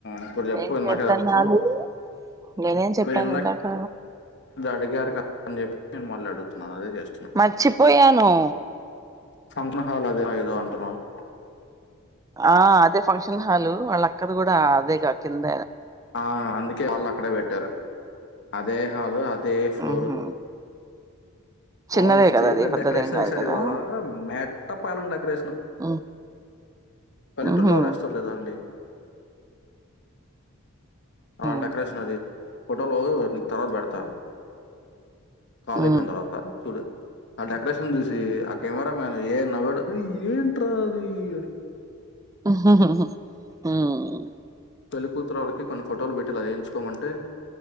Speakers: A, on the left (about 55°); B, on the right (about 15°).
A: ఇప్పుడు చెప్పు
B: ఏం
A: ఇందాకేడగుతారు
B: చేత్తన్నాలు నేనేం చెప్పాను
A: మీరుందక
B: ఇందాక
A: అడిగారు కదా అని చెప్పి నేను మళ్లాడుతున్నాను అదే చేస్తను
B: మరిచిపోయను ను
A: సంతన హల్ అదే ఏదో అంటున్నారువు
B: ఆ, అదే ఫంక్షన్ హాలు వాళ్ళ అక్కది కూడా అదేగా, కింద.
A: ఆ, అందుకే మళ్ళ అక్కడే పెట్టారు. అదే హలు, అదే ఫ్లోరు.
B: ఉహు చిన్నదే
A: వాళ్ళు స్టేజ్
B: కదా అది
A: మీద
B: పెద్దదేం
A: డెకరేషన్
B: కాదు
A: చేసారివాళ,
B: కదా
A: మేట్ట పాలం డెకరేషన్.
B: ఉ
A: పల్లెటూరులో
B: ఉహు
A: కూడా ఏస్తార లేదా అండి? అలాంటి
B: ఉ
A: డెకరేషన్ అది, ఫోటోలూ నీకు తర్వాత పెడతా. కాల్
B: ఉ
A: అయిపోయిన్తర్వాత, చూడు. ఆ డెకరేషన్ చూసి, ఆ కమెరా మాన్ అది ఏం నవ్వాడు? అరే ఏంట్రా అదీ అని?
B: ఉమ్
A: పెళ్లి కూతురు వాళ్ళకి, కొన్ని ఫోటోలు పెట్టి ఇలా చేయించుకోమంటే?